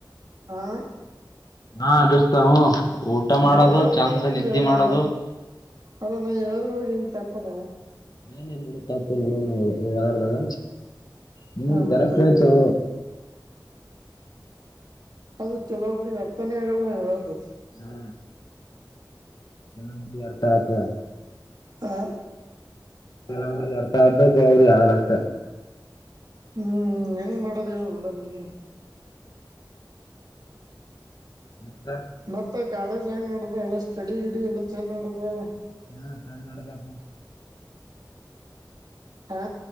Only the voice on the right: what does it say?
ಹಾ
ಬರೋಬ್ಬರದ
ಏನ್ ಇಲ್ಲಿ
ಹೇಳ
ನೋಡ ಅಲ್ಲ ನಾ ಹೇಳದ್ರೊಳಗೆ ಏನ್ ತಪ್ಪ ಅದ.
ಹಾ
ಮತ್ತ
ಅದು ಕೆಲೋಬ್ರಿಗೆ ಅರ್ಥನೇ ಆಗಲ್ಲ ನಾವ್ ಹೇಳೋದು.
ಹಾ
ಹ್ಮ್ ಹೆಂಗ್ ಮಾಡೋದ ಹೇಳ ನೋಡನ್ ನೀನೇ.
ಮತ್ತ ಕಾಲೇಜ್ ಹೆಂಗ ನಡೆದ ಎಲ್ಲ ಸ್ಟಡಿ ಗಿಡಿ ಎಲ್ಲ ಚಂದ ನಡ್ದಾದಲ.
ಹಾ